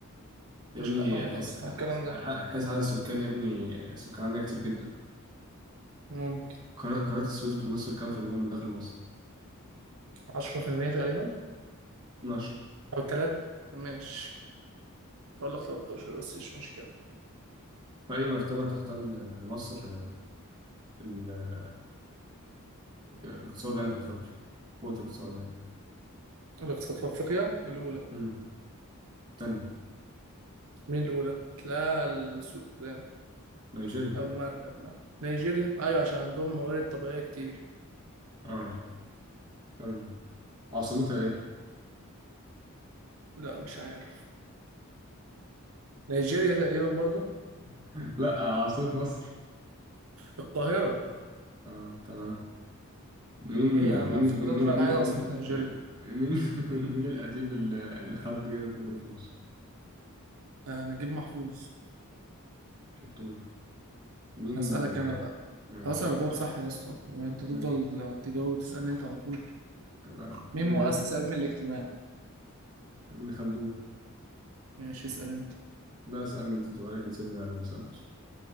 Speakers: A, on the right; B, on the right.
A: يا
B: مش
A: ابني
B: أول مرة
A: حيث
B: أسمع الكلام
A: ع-
B: ده
A: حيث عدد السكان يا ابني السكان عندنا كتير جدا
B: ممكن
A: قناة قناة السويس بتمثل كام في المية من دخل مصر؟
B: عشرة في المية تقريبا
A: 12
B: أو تلات ماشي أقول لك 13 بس مش مشكلة
A: في أي مرتبة تحتل مصر ال- ال- الاقتصاد يعني في أفريقيا قوة الاقتصاد يعني
B: الاقتصاد في أفريقيا الأولى
A: مم. تاني
B: مين الأولى؟ تلاقي السودان
A: نيجيريا
B: أو المغرب بقى نيجيريا أيوة عشان عندهم موارد طبيعية كتير
A: اه تمام عاصمتها إيه؟
B: لا مش عارف نيجيريا تقريبا برضو
A: <laughs> لا عاصمة مصر
B: القاهرة
A: اه تمام مين
B: ايه يا عم
A: مين
B: افتكرت
A: مين مين
B: تقول عايز
A: مين مين
B: عاصمة نيجيريا
A: مين, <laughs> مين, مين الأديب اللي اللي خد جائزة نوبل في مصر؟
B: آه نجيب محفوظ
A: شطور مين
B: هسألك
A: آه،
B: أنا بقى
A: ماشي
B: خلاص أنا بجاوب
A: يلا
B: صح يا اسطى وأنت تفضل
A: ماشي
B: تجاوب وتسألني أنت على طول
A: تمام
B: مين
A: ميجر
B: مؤسس علم الاجتماع؟
A: ابن خلدون
B: ماشي اسأل أنت
A: لا اسأل انت انت بقالك كتير انا ما سألتش